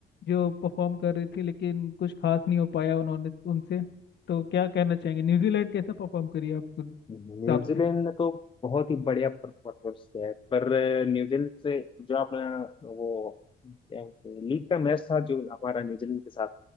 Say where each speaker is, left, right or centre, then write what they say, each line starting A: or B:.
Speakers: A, on the left; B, on the left.
A: जो परफॉर्म कर रही थी लेकिन कुछ खास नहीं हो पाया उन्होंने उनसे तो क्या कहना चाहेंगे न्यूजीलैंड कैसा परफॉर्म करी आपके हिसाब
B: न्यूजीलैंड
A: से
B: ने तो बहुत ही बढ़िया परफॉर्मेंस किया है पर अ, न्यूजीलैंड से जो अपना वो लीग का मैच था जो हमारा न्यूजीलैंड के साथ